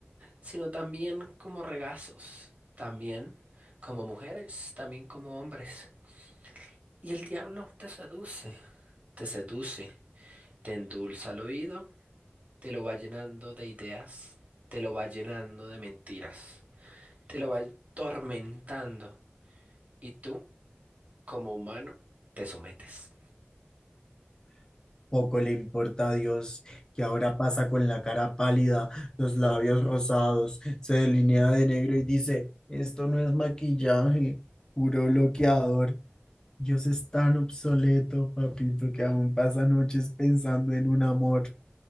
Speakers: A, on the right (about 35°); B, on the left (about 20°).
A: sino también como regazos, también como mujeres, también como hombres. Y el diablo te seduce, te seduce, te endulza el oído, te lo va llenando de ideas, te lo va llenando de mentiras, te lo va tormentando, y tú, como humano, te sometes.
B: Poco le importa a Dios que ahora pasa con la cara pálida, los labios rosados, se delinea de negro y dice, esto no es maquillaje, puro bloqueador. Dios es tan obsoleto, papito, que aún pasa noches pensando en un amor.